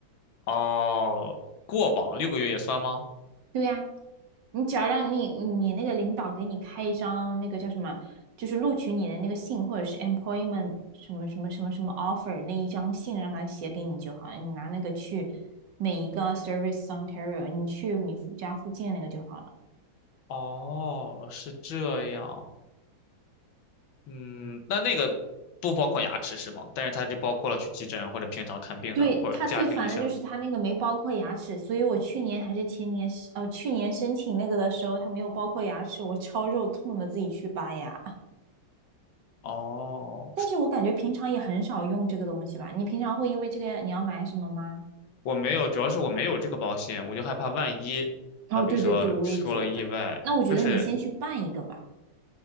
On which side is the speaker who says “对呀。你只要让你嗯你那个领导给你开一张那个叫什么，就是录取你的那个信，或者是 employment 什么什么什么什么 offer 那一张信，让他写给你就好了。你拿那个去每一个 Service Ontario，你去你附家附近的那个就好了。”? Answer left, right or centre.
Right